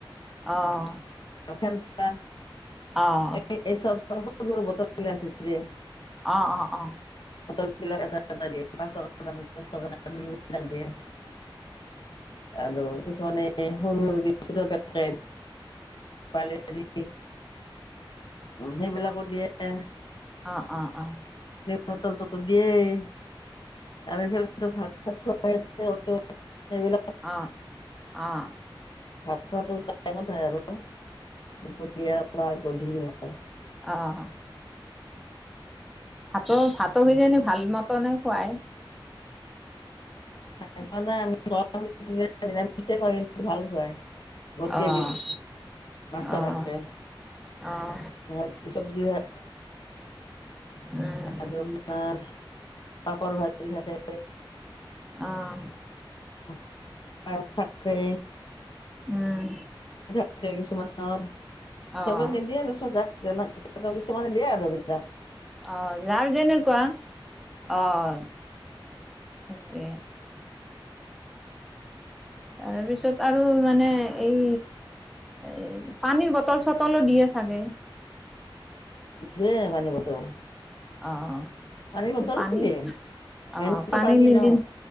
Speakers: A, in the centre; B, on the left (about 60°).
A: অ'।
B: ফেণ্টা,
A: অ',
B: এই
A: অ',
B: এই চৰ্বতৰ সৰু-সৰু বটলবিলাক আছে যে
A: অ, অ, অ'।
B: <unintelligible> আৰু কিছুমানে সৰু-সৰু বিস্কুটৰ পেকেট। পাৰলেজি, উম' সেইবিলাকো দিয়ে।
A: অ, অ, অ'।
B: পটল-তটল দিয়েই আৰু এইফালেতো ভাত <unintelligible>
A: অ, অ'।
B: ভাত খোৱাটো টাইমত হয় আৰু, দুপৰীয়া বা গধূলি হয়।
A: অহ। ভাতো, ভাতো কিজানি ভালমতনে খুওৱায়।
B: খাই পোৱা নাই আমি, <unintelligible> ভাল খুওৱায়। বহুতখিনি
A: অ',
B: নাস্তা
A: অ',
B: থাকে।
A: অ',
B: <unintelligible> চব্জি <unintelligible> আৰু
A: উম,
B: আপোনাৰ পাপৰ ভাজি থাকে।
A: অ'।
B: <unintelligible> থাকে।
A: উম।
B: এতিয়া কিছুমানৰ
A: অ',
B: সবে নিদিয়ে দিয়কচোন, যাক যেনে কিছুমানে দিয়ে আৰু এইবিলাক।
A: অ', যাৰ যেনেকুৱা, অ'। এতে তাৰপিছত আৰু মানে এই এই পানীৰ বটল-চটলো দিয়ে চাগে?
B: দিয়ে পানীৰ বটল।
A: অ'।
B: পানী বটলো
A: পানীত,
B: দিয়ে মেইনটো
A: অ', পানী নিদিল,
B: ন